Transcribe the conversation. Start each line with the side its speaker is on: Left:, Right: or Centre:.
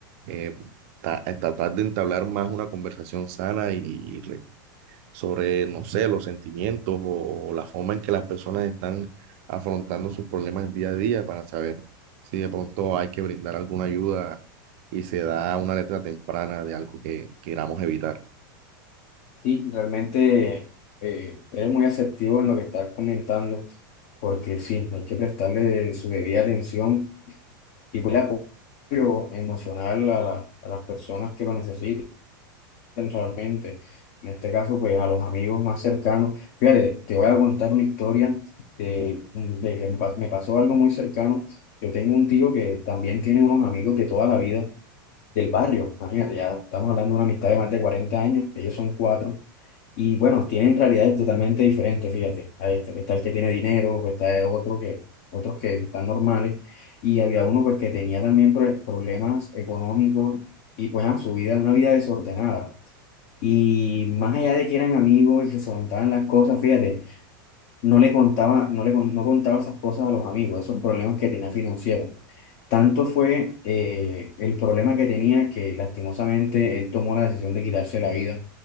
Right: eh, ta- tratar de entablar más una conversación sana y, sobre, no sé, los sentimientos o la forma en que las personas están afrontando sus problemas día a día para saber si de pronto hay que brindar alguna ayuda y se da una letra temprana de algo que queramos evitar.
Left: Sí, realmente eh, eres muy asertivo en lo que estás comentando, porque sí, hay que prestarle su debida atención. y pues el apoyo emocional a, la- a las personas que lo necesiten realmente. En este caso, pues a los amigos más cercanos. Fíjate, te voy a contar una historia de, de que me pas- me pasó algo muy cercano. Yo tengo un tío que también tiene unos amigos de toda la vida del barrio. Imagínate, ya estamos hablando de una amistad de más de 40 años, ellos son cuatro. Y bueno, tienen realidades totalmente diferentes, fíjate. Ahí Está, está el que tiene dinero, pues, está el otro que, otros que están normales. Y había uno pues que tenía también pro- problemas económicos y pues ah, su vida, una vida desordenada. Y más allá de que eran amigos y que se contaban las cosas, fíjate, no le contaba, no le con- no contaba esas cosas a los amigos, esos problemas que tenía financieros. Tanto fue eh, el problema que tenía que lastimosamente él tomó la decisión de quitarse la vida.